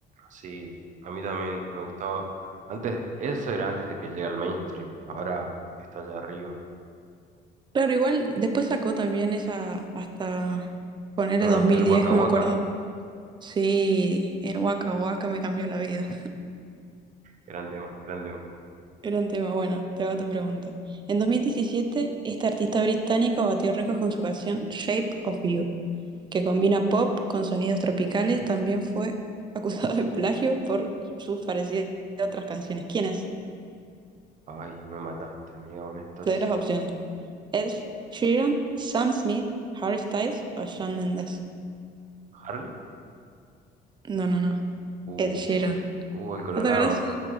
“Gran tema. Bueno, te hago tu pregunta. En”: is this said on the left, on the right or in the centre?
Right